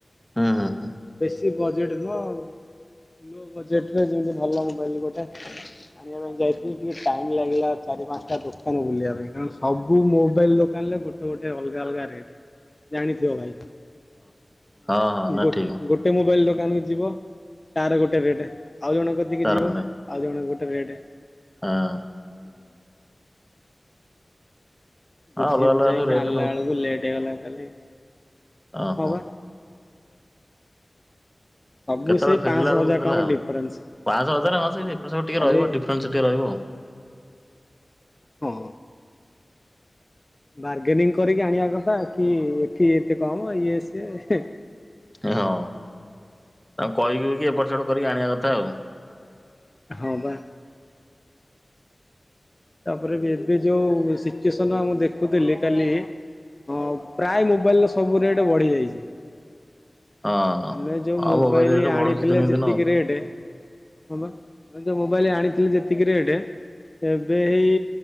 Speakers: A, in the centre; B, on the left (about 30°).
A: ହୁଁ ହଁ ହ।
B: କି ବଜେଟ୍ ନୁହଁ ଲୋ ବଜେଟରେ ଯେମିତି ଭଲ ମୋବାଇଲ ଗୋଟେ ଆଣିବା ପାଇଁ ଯାଇଥିଲି ଟିକେ ଟାଇମ୍ ଗିଲା ଚାରି ପାଞ୍ଚଟା ଦୋକାନ ବୁଲିବା ପାଇଁ କଣ ସବୁ ମୋବାଇଲ ଦୋକାନରେ ଗୋଟେ ଗୋଟେ ଅଲଗା ଅଲଗା ରେଟ, ଜାଣିଥିବ ଭାଇ।
A: ହଁ
B: ମାନେ
A: ହଁ ନା
B: ଗୋ
A: ଠିକ
B: ଗୋଟେ ମୋବାଇଲ ଦ ଦୋକାନକୁ ଯିବ ତାର ଗୋଟେ ରେଟ୍। ଆଉ ଜଣକତିକି
A: ତାର
B: ଯିବ
A: ନାଇଁ
B: ଆଉ ଜଣ ଗୋଟେ ରେଟେ।
A: ହଁ।
B: ଉଁ।
A: ହଁ
B: ବୁଝି
A: ଅଲଗା ଅଲଗା
B: ବୁଝାଇକି
A: ସବୁ ରେଟ୍
B: ଆଣିଲା ବେଳକୁ ଲେଟ୍ ହେଇଗଲା କାଲି।
A: ଅ
B: ହଁ
A: ହୋ।
B: ବା ସବୁ
A: କେତେବେଳେ
B: ସେଇ
A: ଫେରିଲା
B: ପାଞ୍ଚଶହ
A: ବେଳକୁ
B: ହଜାର
A: କେତେଟା
B: ଟଙ୍କାର
A: ହେଲା?
B: ଡିଫରେନ୍ସ
A: ପାଁଶହ ହଜାର ହଁ ସେ ଏପଟ ସେପଟ ଟିକେ
B: ଖାଲି
A: ରହିବ। ଡିଫରେନ୍ସ ଟିକେ ରହିବ ଆଉ।
B: ହଁ ବାର୍ଗେନିଂ କରିକି ଆଣିବା କଥା କି ଏଠି ଏତେ କମ୍ ଇଏ ସିଏ।
A: ହଁ । ଆଉ କହିକୁହିକି ଏପଟ ସେପଟ କରିକି ଆଣିଆ କଥା ଆଉ।
B: ହଁ ବା। ତାପରେ ଏବ୍ ଏବେ ଯୋଉ ସିଚୁଏସନ ଆଁ ମୁଁ ଦେଖୁଥିଲି କାଲି ହଁ ପ୍ରାୟ ମୋବାଇଲର ସବୁ ରେଟ୍ ବଢି ଯାଇଚି।
A: ହଁ।
B: ଆମେ ଯୋଉ
A: ଆଉ
B: ମୋବାଇଲି
A: ମୋବାଇଲ ରେଟ୍
B: ଆଣିଥିଲେ
A: ବଢୁଛି ଦିନକୁ
B: ଯେତିକି
A: ଦିନ ଆଉ।
B: ରେଟେ ହଁ ବା। ମୁଁ ଯୋଉ ମୋବାଇଲି ଆଣିଥିଲି ଯେତିକି ରେଟେ ଏବେ ହେଇ